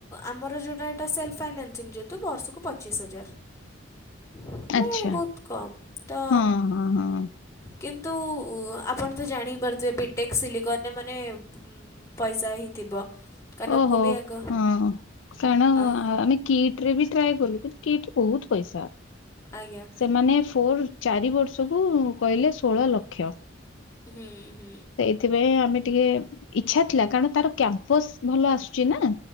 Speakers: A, on the left (about 15°); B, on the left (about 80°).
A: ଆମର ଯେଉଁଟା ଏଇଟା ସେଲ୍ଫ ଫାଇନାନ୍ସିଂ ଯେହେତୁ ବର୍ଷକୁ ପଚିଶ ହଜାର। ମାନେ
B: ଆଚ୍ଛା
A: ବହୁତ କମ୍ ତ
B: ହଁ ହଁ ହଁ
A: କିନ୍ତୁ ଆପଣ ତ ଜାଣିପାରୁଥିବେ ବିଟେକ୍ ସିଲିକନରେ ମାନେ ହୁଁ। ପଇସା ହିଁ ଥିବ। କାରଣ
B: ଓହୋ
A: ମୁଁ ବି ଆଗ
B: ହଁ କଣ
A: ଆଃ
B: ଆମେ କିଟି ରେ ବି ଟ୍ରାଏ କଲୁ କିଟ୍ ବହୁତ ପଇସା।
A: ଆଜ୍ଞା
B: ସେମାନେ ଫୁଲ୍ ଚାରି ବର୍ଷକୁ କହିଲେ ଷୋଳ ଲକ୍ଷ।
A: ହୁଁ ହୁଁ।
B: ହେଥିପାଇଁ ଆମେ ଟିକେ ଇଛା ଥିଲା କାରଣ ତାର କ୍ୟାମ୍ପସ ଭଲ ଆସୁଛି ନା।